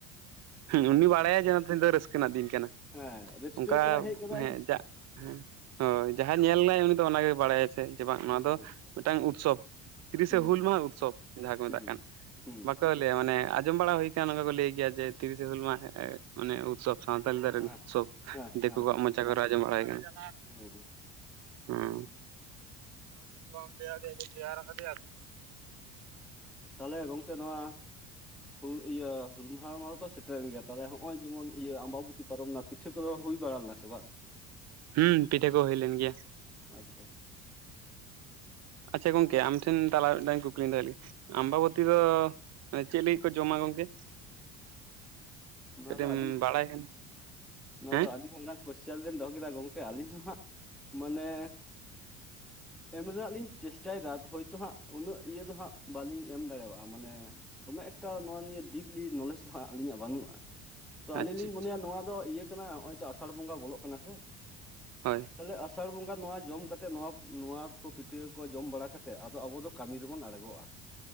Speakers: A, on the right; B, in the centre.
A: ᱦᱮᱸ ᱩᱱᱤ ᱵᱟᱲᱟᱭᱟ ᱡᱮ ᱱᱛᱮ ᱫᱚ ᱨᱟᱹᱥᱠᱟᱹ ᱨᱮᱱᱟᱜ ᱫᱤᱱ ᱠᱟᱱᱟ
B: ᱦᱮᱸ ᱨᱟᱹᱥᱠᱟᱹ
A: ᱚᱱᱠᱟ
B: ᱠᱟᱫᱟᱭ ᱦᱮᱡ ᱠᱟᱫᱟᱭ
A: ᱦᱮᱸ ᱡᱟᱜ ᱦᱮᱸ ᱦᱳᱭ ᱡᱟᱦᱟᱸᱭ ᱧᱮᱞᱱᱟᱭ ᱩᱱᱤ ᱫᱚ ᱚᱱᱟᱜᱮᱭ ᱵᱟᱲᱟᱭᱟᱪᱚ ᱥᱮ ᱪᱮ ᱵᱟᱝ ᱱᱚᱣᱟ
B: ᱦᱩᱸ
A: ᱫᱚ
B: ᱦᱩᱸ
A: ᱢᱤᱫᱴᱟᱝ ᱩᱛᱥᱚᱵ ᱛᱤᱨᱤᱥᱮ
B: ᱦᱩᱸ
A: ᱦᱩᱞ
B: ᱦᱩᱸ
A: ᱢᱟᱦᱟ ᱩᱛᱥᱚᱵᱽ ᱡᱟᱦᱟᱸ ᱠᱚ ᱢᱮᱛᱟᱜ
B: ᱦᱩᱸ
A: ᱠᱟᱱ
B: ᱦᱩᱸ
A: ᱵᱟᱠᱚ
B: ᱦᱩᱸ
A: ᱞᱟᱹᱭᱟ ᱢᱟᱱᱮ ᱟᱸᱡᱚᱢ ᱵᱟᱲᱟ ᱦᱩᱭᱯ ᱚᱱᱟ ᱠᱚ ᱞᱟᱹᱭ ᱜᱮᱭᱟ ᱡᱮ ᱛᱤᱨᱤᱥᱮ ᱦᱩᱞ ᱢᱟᱦ ᱢᱟᱱᱮ ᱩᱛᱥᱚᱵ ᱥᱟᱱᱛᱟᱞᱤ ᱫ
B: ᱦᱮᱸ
A: ᱥᱚᱵ
B: ᱦᱮᱸ ᱦᱮᱸ
A: ᱫᱤᱠᱩ ᱠᱚᱣᱟᱜ
B: ᱦᱮᱸ
A: ᱢᱚᱪᱟ ᱠᱚᱨᱮ ᱠᱚᱟᱣ ᱢᱚᱪᱟ ᱠᱚᱨᱮ ᱟᱡᱚᱢ ᱵᱟᱲᱟᱭ ᱠᱟᱱᱟ
B: ᱦᱩᱸ ᱦᱩᱸ
A: ᱦᱩᱸ ᱟᱨ
B: ᱛᱟᱦᱚᱞᱮ ᱜᱚᱝᱠᱮ ᱱᱚᱣᱟ ᱦᱩᱞ ᱤᱭᱟᱹ ᱦᱩᱞ ᱢᱟᱦᱟ ᱢᱟᱦᱟ ᱫᱚ ᱥᱮᱴᱮᱨᱮᱱ ᱜᱮᱭᱟ ᱛᱟᱦᱚᱞᱮ ᱱᱚᱜᱼᱚᱭ ᱡᱮᱢᱚᱱ ᱤᱭᱟᱹ ᱟᱢᱵᱟᱵᱚᱛᱤ ᱯᱟᱨᱚᱢᱱᱟ ᱯᱤᱴᱷᱟᱹ ᱠᱚᱫᱚ ᱦᱩᱭ ᱵᱟᱲᱞᱟ ᱥᱮ ᱵᱟᱝ
A: ᱦᱮᱸ ᱯᱤᱴᱷᱟᱹ ᱠᱚ ᱦᱩᱭ ᱞᱮᱱ ᱜᱮᱭᱟ᱾
B: ᱟᱪᱪᱷᱟ
A: ᱟᱪᱪᱷᱟ ᱜᱚᱝᱠᱮ ᱟᱢ ᱴᱷᱮᱱ ᱛᱟᱞᱟ ᱢᱤᱫ ᱫᱟᱝᱧ ᱠᱩᱠᱞᱤᱧ ᱛᱮ ᱟᱢᱵᱟᱵᱚᱛᱤ ᱫᱚ ᱦᱮᱸ ᱪᱮᱫ ᱞᱟᱹᱜᱤᱫ ᱠᱚ ᱡᱚᱢᱟ ᱜᱚᱝᱠᱮ?
B: ᱱᱚᱣᱟ
A: ᱠᱟᱹᱴᱤᱡ
B: ᱫᱚ
A: ᱮᱢ
B: ᱟᱹᱰᱤ
A: ᱵᱟᱲᱟᱭ ᱠᱷᱟᱱ
B: ᱱᱚᱣᱟ
A: ᱦᱮᱸ
B: ᱫᱚ ᱟᱹᱰᱤ ᱚᱱᱟ ᱠᱚᱥᱪᱟᱱ ᱵᱮᱱ ᱫᱚᱦᱚ ᱠᱮᱫᱟ ᱜᱚᱝᱠᱮ ᱟᱹᱞᱤᱧ ᱦᱚᱸᱦᱟᱸᱜ ᱢᱟᱱᱮ
A: <inaudible>
B: ᱮᱢ ᱨᱮᱱᱟᱜ ᱞᱤᱧ ᱪᱮᱥᱴᱟᱭᱮᱫᱟ ᱦᱳᱭᱛᱳ ᱦᱟᱸᱜ ᱩᱱᱟᱹᱜ ᱤᱭᱟᱹ ᱫᱚ ᱦᱟᱸᱜ ᱵᱟᱞᱤᱧ ᱮᱢ ᱫᱟᱲᱮᱭᱟᱜᱼᱟ ᱢᱟᱱᱮ ᱫᱚᱢᱮ ᱮᱠᱴᱟ ᱱᱚᱣᱟ ᱱᱤᱭᱟᱹ ᱰᱤᱯᱞᱤ ᱱᱚᱞᱮᱡᱽ ᱫᱚᱦᱜ ᱟᱹᱞᱤᱧᱟᱜ ᱵᱟᱹᱱᱩᱜᱼᱟ᱾ ᱛᱚ ᱟᱹᱞᱤᱧ
A: ᱟᱪᱪᱷᱟ
B: ᱞᱤᱧ
A: ᱟᱪᱪᱷᱟ
B: ᱢᱚᱱᱮᱭᱟ ᱱᱚᱣᱟ ᱫᱚ ᱤᱭᱟᱹ ᱠᱟᱱᱟ ᱱᱚᱜ ᱚᱭ ᱛᱚ ᱟᱥᱟᱲ ᱵᱚᱸᱜᱟ ᱵᱚᱞᱚᱜ ᱠᱟᱱᱟ ᱥᱮ
A: ᱦᱳᱭ
B: ᱛᱟᱦᱞᱮ ᱟᱥᱟᱲ ᱟᱥᱟᱲ ᱵᱚᱸᱜᱟ ᱱᱚᱣᱟ ᱡᱚᱢ ᱠᱟᱛᱮ ᱱᱚᱣᱟ ᱱᱚᱣᱟ ᱠᱚ ᱯᱤᱴᱷᱟᱹ ᱠᱚ ᱡᱚᱢ ᱵᱟᱲᱟ ᱠᱟᱛᱮᱫ ᱟᱫᱚ ᱟᱵᱚ ᱫᱚ ᱠᱟᱹᱢᱤ ᱨᱮᱵᱚᱱ ᱟᱲᱜᱚᱜᱼᱟ